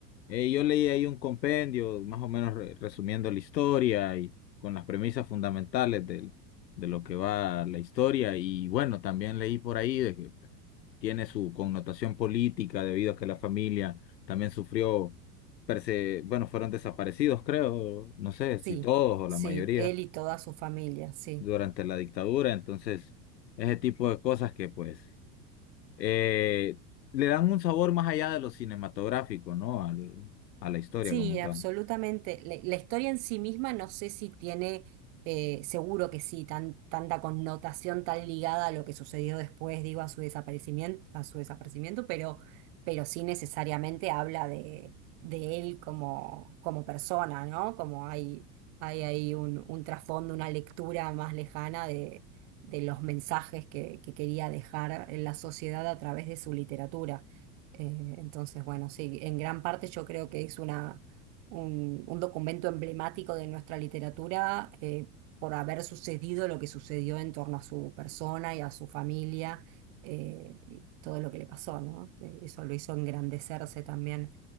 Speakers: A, on the left; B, on the right.
A: Eh, yo leí ahí un compendio, más o menos re- resumiendo la historia y con las premisas fundamentales del- de lo que va la historia. Y bueno, también leí por ahí de que tiene su connotación política debido a que la familia también sufrió perse- bueno, fueron desaparecidos, creo, no sé
B: Sí,
A: si todos o
B: sí,
A: la mayoría
B: él y toda su familia, sí.
A: durante la dictadura, entonces ese tipo de cosas que pues eh, le dan un sabor más allá de lo cinematográfico, ¿no? Al, a la historia
B: Sí,
A: como
B: absolutamente.
A: tal.
B: La, la historia en sí misma no sé si tiene, eh, seguro que sí, tan, tanta connotación tan ligada a lo que sucedió después, digo, a su desaparecimiento, a su desaparecimiento, pero, pero sí necesariamente habla de, de él como, como persona, ¿no? Como hay, hay ahí un, un trasfondo, una lectura más lejana de, de los mensajes que, que quería dejar en la sociedad a través de su literatura. Eh, entonces, bueno, sí, en gran parte yo creo que es una, un, un documento emblemático de nuestra literatura eh, por haber sucedido lo que sucedió en torno a su persona y a su familia, eh, todo lo que le pasó, ¿no? Eh, Eso lo hizo engrandecerse también